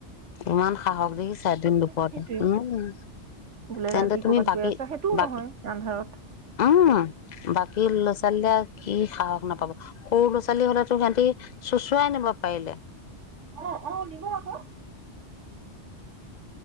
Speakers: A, on the left; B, on the right.
A: ইমান সাহস দেখিছা দিন দুপৰতে
B: সেইটোয়ে
A: উম
B: বোলে
A: তেন্তে
B: ৰাতি
A: তুমি
B: কৰ'বাত
A: বাকী
B: গৈ আছা সেইটোও
A: বাকী
B: নহয় আন্ধাৰত
A: উম বাকী ল'ৰা ছোৱালী কি সাহস নাপাব সৰু ল'ৰা ছোৱালী হলেতো সিহঁতি চোচুৱাই নিব পাৰিলে
B: অ অ নিব আকৌ